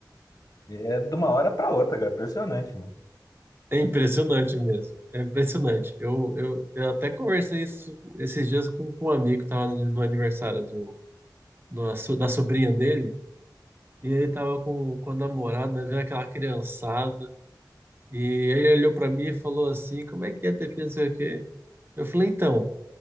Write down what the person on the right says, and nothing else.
É impressionante mesmo. É impressionante. Eu, eu, eu até conversei isso esses dias com, com um amigo que estava no aniversário do, do- da sobrinha dele. E ele estava com, com a namorada, né, vendo aquela criançada. E ele olhou pra mim e falou assim: Como é que é ter filho? Não sei o quê. Eu falei: Então,